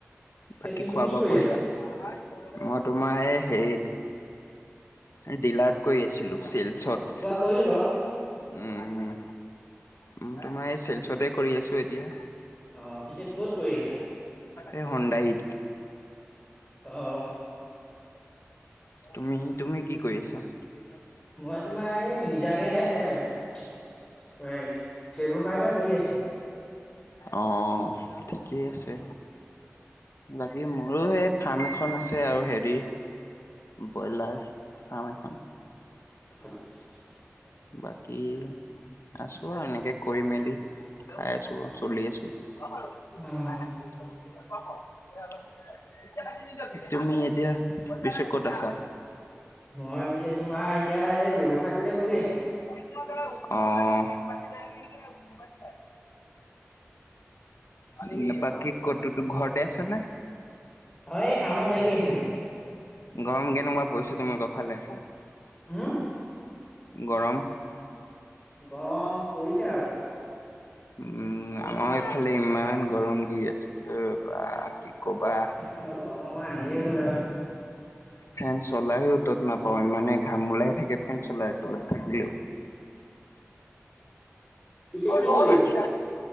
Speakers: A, on the left (about 20°); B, on the left (about 70°).
A: পিছে
B: বাকী
A: তুমি
B: খোৱা
A: কি
B: বোৱা
A: কৰি
B: কৰিলা?
A: আছা
B: মই তোমাৰ এই হেৰিত, এই ডিলাৰ্ত কয়ি আছিলোঁ, চেলছত
A: কয়িলো বাও।
B: উম, উ, তোমাৰ এই চেলচতে কৰি আছো এতিয়া।
A: অ', পিছে ক'ত কয়ি আছা?
B: এই হণ্ডাইত।
A: অ'।
B: তুমি, তুমি কি কয়ি আছা? <unintelligible>
A: মই তোমাৰ এই, নিজাকে এ, এ, বেৱসায় এটা কৰি আছো।
B: অ', ঠিকে আছে। বাকী মোৰো সেই ফাৰ্ম এখন আছে আৰু হেৰি। বয়লাৰ ফাৰ্ম এখন।
A: <inaudible>
B: বাকী আছো আৰু এনেকে কৰি মেলি, খাই আছো, চলি আছো। <unintelligible>
A: উম
B: তুমি এতিয়া পিছে ক'ত আছা?
A: মই পিছে তোমাৰ এতিয়া এই ব্যৱসায় টোকে কৰি আছিলো।
B: অ'। <unintelligible> <unintelligible> বাকী ক'তোতো ঘৰতে আছা নে?
A: হয়, এই কামত লাগি আছিলো।
B: গৰম কেনেকুৱা পৰিছে তোমালোকৰ ফালে?
A: হম
B: গৰম।
A: গৰম পৰিছে আৰু।
B: উমঁ, আমাৰ ইফালে ইমান গৰম দি আছে বাঃ কি কবা।
A: <unintelligible> গৰমৰ মাহ আহিয়ে গ'ল আৰু।
B: ফেন চলাইও ত'ত নাপাওঁ ইমানে ঘাম ওলাই থাকে। ফেন চলাই তলত থাকি <inaudible> <inaudible>
A: পিছে
B: অই
A: কি
B: ৰ বা
A: কৰি
B: আছে।
A: আছা